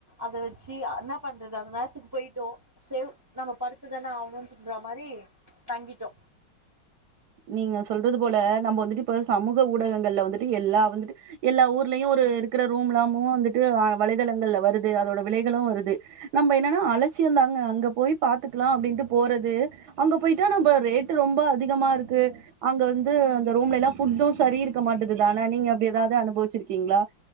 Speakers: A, on the right (about 20°); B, on the right (about 70°).
A: அத வச்சி என்னா பண்றது அந்த நேரத்துக்கு போய்ட்டோ சேவ் நம்ம படுத்துதான ஆவணு சொல்ற மாரி தங்கிட்டோ
B: நீங்க சொல்றது போல நம்ம வந்துட்டு இப்ப சமூக ஊடகங்கள்ல வந்துட்டு எல்லா வந்துட்டு எல்லா ஊர்லயு ஒரு இருக்கிற ரூம்லாமு வந்துட்டு வலைதளங்கள்ல வருது அதோட விலைகளு வருது நம்ம என்னன்னா அலச்சியந்தாங்க அங்க போய் பாத்துக்கலா அப்டின்ட்டு போறது அங்க போய்ட்டா நம்ப ரேட்டு ரொம்ப அதிகமா இருக்கு அங்க வந்து அந்த ரூம்ல எல்லா புஃட்டு சரி இருக்க மாட்டுதுதானே நீங்க அப்டி எதாவ்து அனுபவிச்சிருக்கீங்ளா